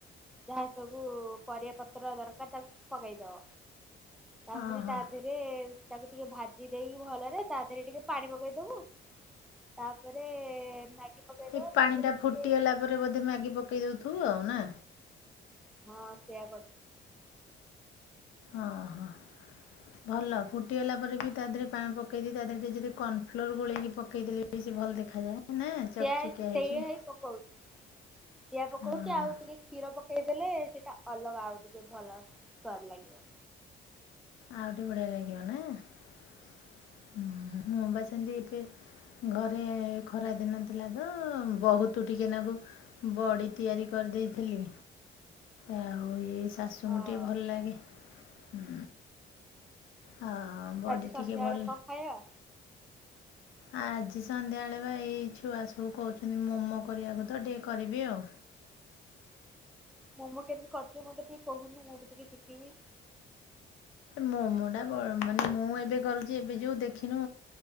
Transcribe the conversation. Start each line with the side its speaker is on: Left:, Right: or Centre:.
Centre: ଯାହା ସବୁ ପରିବା ପତ୍ର ଦରକାର ତାକୁ ସବୁ ପକେଇ ଦବ। ତା ପୁଣି
Left: ଓହୋ
Centre: ତା ଦେହରେ ତାକୁ ଟିକେ ଭାଜି ଦେଇକି ଭଲରେ ତା ଦେହରେ ଟିକେ ପାଣି ପକେଇ ଦେବୁ ତାପରେ ମ୍ୟାଗି ପକେଇଦବା
Left: ଏଇ ପାଣିଟା
Centre: ତାପରେ ଟିକେ
Left: ଫୁଟିଗଲା ପରେ ବୋଧେ ମ୍ୟାଗି ପକେଇ ଦେଉଥିବୁ ଆଉ ନା।
Centre: ହଁ ସେଇୟା କର।
Left: ଓହୋ ଭଲ ଫୁଟିଗଲା ପରେ ବି ତା ଦେହରେ ପାଣି ପକେଇ ଦେଇି ତା ଦେହ ଟିକେ ଯଦି କର୍ଣ୍ଣଫ୍ଲୋର ଗୋଳେଇକି ପକେଇ ଦେଲେ ବି ସେ ଭଲ ଦେଖାଯାଏ। ନା ଚକଚକିଆ
Centre: ସେଆ
Left: ହେଇକି
Centre: ସେଇଆ ହେଇ ପକଉଛି ସିଆ ପକଉଛି
Left: ହଁ
Centre: ଆଉ ଟିକେ କ୍ଷୀର ପକେଇ ହେଲେ ସେଇଟା ଅଲଗା ଆଉ ଟିକ ଭଲ ସର୍ ଲାଗିବ।
Left: ଆଉ ଟିକେ ବଢିଆ ଲାଗିବ ନା ମୁଁ ପା ସେମିତି ଏବେ ଘରେ ଖରାଦିନ ଥିଲା ତ ବହୁତ ଟିକେ ନାଗୁ ବଡ଼ି ତିଆରି କରିଦେଇଥିଲି। ଆଉ ଏଇ ଶାଶୁଙ୍କୁ
Centre: ହଁ
Left: ଟିକେ ଭଲ ଲାଗେ ହୁଁ। ହଁ। ବଡ଼ି
Centre: ଆଜି ସନ୍ଧ୍ୟାବେଳେ
Left: ଟିକେ ଭଲ
Centre: କଣ ଖାଇବା?
Left: ଆଜି ସନ୍ଧ୍ୟାବେଳେ ବା ଏଇ ଛୁଆ ସବୁ କହୁଛନ୍ତି ମୋମୋ କରିବାକୁ ତ ଟିକେ କରିବି ଆଉ।
Centre: ମୋମୋ କେମିତି କରିଛ ମତେ ଟିକ କହୁନ ମୁଁ ବି ଟିକେ ଶିଖିବି।
Left: ମୋମ ଟା ବ ମାନେ ମୁଁ ଏବେ କରୁଛି ଏବେ ଯୋଉ ଦେଖିନୁ